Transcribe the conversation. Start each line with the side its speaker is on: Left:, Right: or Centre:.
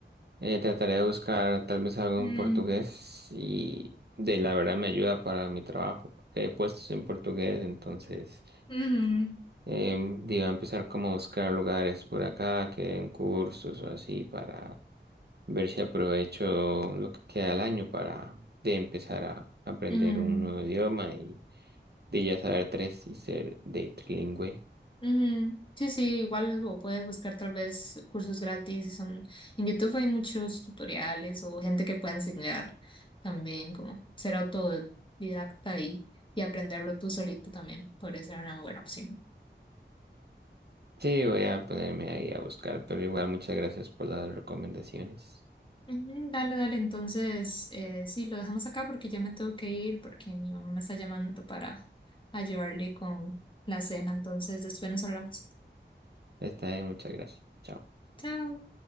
Right: eh, trataré de buscar tal vez algo
Left: Mm,
Right: en portugués y de la verdad me ayuda para mi trabajo, porque hay puestos en portugués, entonces
Left: ujú,
Right: eh, digo, empezar como a buscar lugares por acá que den cursos o así para ver si aprovecho lo que queda del año para de empezar a aprender
Left: ujú.
Right: un nuevo idioma y de ya saber tres y ser de trilingüe.
Left: Ujú. Sí, sí, igual o puedes buscar tal vez cursos gratis. En, en YouTube hay muchos tutoriales o gente que puede enseñar también como ser autodidacta y, y aprenderlo tú solito también. Podría ser una buena opción.
Right: Sí, voy a ponerme ahí a buscar, pero igual muchas gracias por las recomendaciones.
Left: Ujú, Dale, dale, entonces eh, sí, lo dejamos acá porque ya me tengo que ir porque mi mamá me está llamando para ayudarle con la cena, entonces después nos hablamos.
Right: Está bien, muchas gracias. Chao.
Left: Chao.